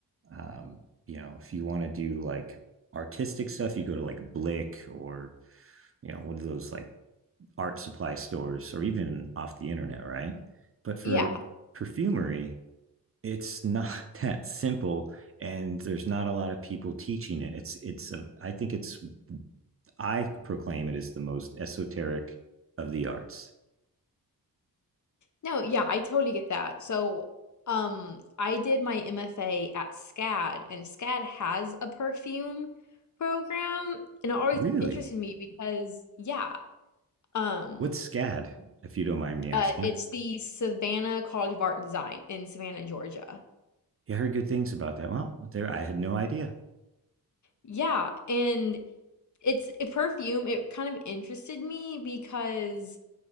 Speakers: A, on the right; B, on the left.
A: um you know if you want to do like artistic stuff you go to like blick or you know one of those like art supply stores or even off the internet right but for
B: Yeah.
A: perfumery it's not <laughs> that simple and there's not a lot of people teaching it it's it's a, i think it's i proclaim it as the most esoteric of the arts
B: No, yeah, I totally get that. So, um, I did my MFA at SCAD, and SCAD has a perfume program, and it always
A: really
B: interested me because, yeah, um,
A: what's scad if you don't mind me asking
B: uh, it's the Savannah College of Art and Design in Savannah, Georgia.
A: you heard good things about that well there i had no idea
B: Yeah, and It's a perfume. It kind of interested me because,